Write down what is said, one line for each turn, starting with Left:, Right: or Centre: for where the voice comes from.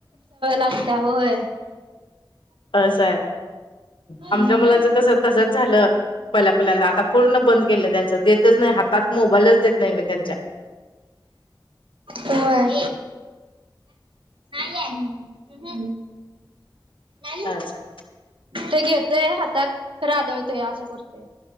Right: आता होय.
Left: अस आहे
Right: हम्म.
Left: आमच्या मुलांचं तस तसच झालं. पहिल्या पहिल्यांदा आता पूर्ण बंद केलं त्यांच देतच नाही हातात मोबाईलच देत नाही म त्यां.
Right: होय. नाही आहे. ह
Left: अच्छा.
Right: ते घेतोय हातात खरं आदळतोय असं करतोय.